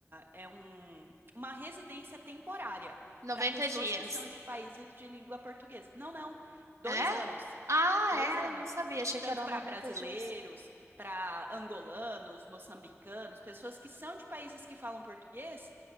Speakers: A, on the right; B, on the right.
A: é um, uma residência temporária
B: 90
A: para pessoas
B: dias.
A: que são de países de língua portuguesa. Não, não. Dois
B: É?
A: anos.
B: Ah,
A: Dois anos.
B: é, eu não sabia, achei
A: Tanto
B: que eram
A: para
B: 90
A: brasileiros,
B: dias.
A: para angolanos, moçambicanos, pessoas que são de países que falam português,